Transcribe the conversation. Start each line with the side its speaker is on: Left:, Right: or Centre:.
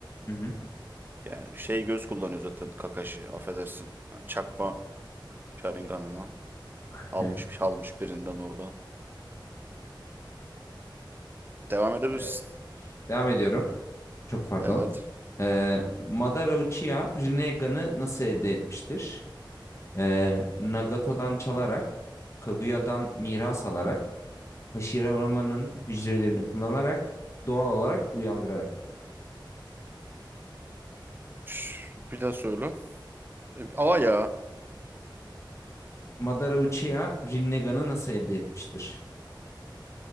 Left: Hı hı.
Right: Yani şey göz kullanıyor zaten Kakashi. Affedersin. Ha, Çakma Sharingan'ına
Left: <laughs>
Right: almış almış birinden orada. Devam edebilirsin.
Left: Evet, devam ediyorum. Çok pardon.
Right: Evet.
Left: Ee, Madara Uchiha Rinnegan'ı nasıl elde etmiştir? Ee, Nagato'dan çalarak, Kaguya'dan miras alarak, Hashirama'nın hücrelerini kullanarak, doğal olarak uyandırarak.
Right: Şş, Bir daha söyle. E, A ya.
Left: Madara Uchiha Rinnegan'ı nasıl elde etmiştir?